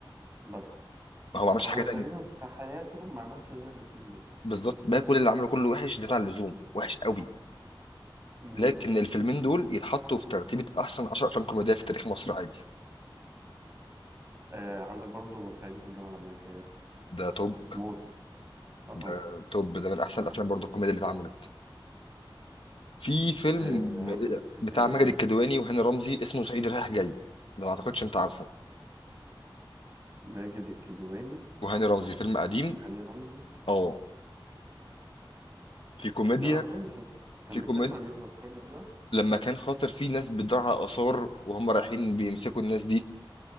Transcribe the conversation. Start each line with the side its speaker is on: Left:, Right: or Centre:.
Right: بس
Left: ما هو ما عملش
Right: هو
Left: حاجة تانية.
Right: تقريبا في حياته ما عملش غير الاتنين دول
Left: بالظبط بقى كل اللي عمله كله وحش زيادة عن اللزوم وحش قوي
Right: امم
Left: لكن الفيلمين دول يتحطوا في ترتيبة أحسن 10 أفلام كوميدية في تاريخ مصر عادي
Right: آه عندك برضه صعيدي في الجامعة الأمريكية
Left: ده توب
Right: موت اه
Left: ده توب ده من أحسن الأفلام برضه الكوميديا اللي اتعملت في فيلم
Right: آه عندك ايه تاني
Left: بتاع ماجد الكدواني وهاني رمزي اسمه صعيدي رايح جاي ده ما أعتقدش أنت عارفه
Right: ماجد الكدواني
Left: وهاني رمزي فيلم قديم
Right: وهاني رمزي
Left: أه في كوميديا
Right: لا اظن شفته كان
Left: في
Right: بيتكلم
Left: كوميديا
Right: عن ايه فكرني كده
Left: لما كان خاطر في ناس بتضيع آثار وهم رايحين بيمسكوا الناس دي